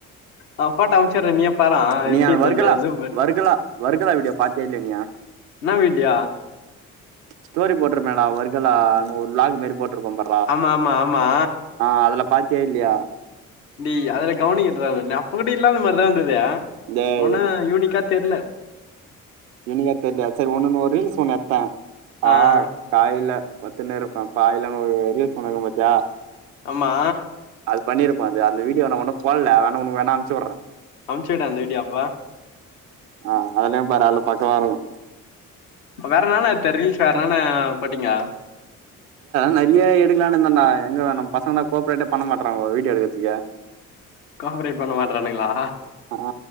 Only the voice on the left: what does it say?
ஆ போட்டா அமிச்சடுற நீயே பாறா
எப்படிருந்தன்டு
ஜுமு
நம்பிடிய
ஆமா ஆமா ஆமா
டேய் அதுல கவனிக்கிலடா நானு அப்ப கூட இல்லாத மாரிதா இருந்து
உன யூனிக்கா தெர்ல
ஆஹ்
ஆம்மா
அமுச்சுடு அந்த வீடியோ அப்ப
வேற என்னன்னா எடுத் ரீல்ஸ் வேற என்னன்னா போட்டீங்கா
கோப்பரேட் பண்ண மாட்டறானுங்களா